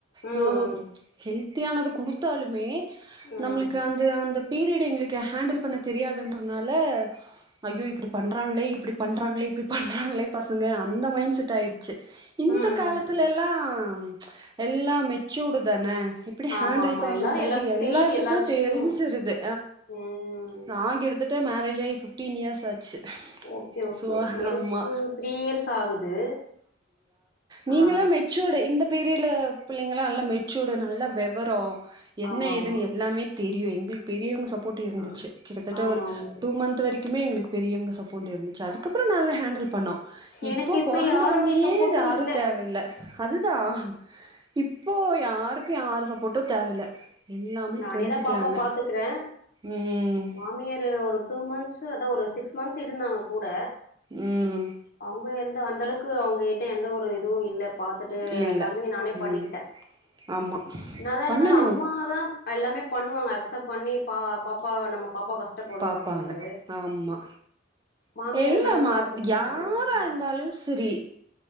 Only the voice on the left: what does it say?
ம்
ம்
ம்
ம்
ம்
ஆமா
ஆமா
எல்லாரு எல்லாருக்கு
தெரியுது எல்லா விஷயமு
ம்
ஓகே ஓகே
ஓகே எனக்கு
த்ரீ இயர்ஸ் ஆகுது
ஆ
ஆமா
ஆமா
ஆ
ஆமா
ஆமா
எனக்கு இப்ப
யாருடைய
சப்போர்ட்டு
இல்ல
நானேதா
பாப்பா பாத்துக்குறே
மாமியார் ஒரு டூ மந்த்ஸ்சு அதா ஒரு சிக்ஸ் மந்த் இருந்தாங்க கூட
அவங்க என் ன அந்த அளவுக்கு அவங்க கிட்ட எந்த ஒரு இதுவு இல்ல பாத்துட்டு
எல்லாமே நானே
பண்ணிக்கிட்டே
ச் என்னாதா
இருந்தாலு அம்மாதா எல்லாமே பண்ணுவாங்க அக்சப்ட் பண்ணி பா பாப்பாவ நம்ம பாப்பா கஷ்டப்படு
அப்டின்ட்டு
மாமியார்
அந்த அளவுக்கு பாத்துக்க
மாட்டாங்கல்ல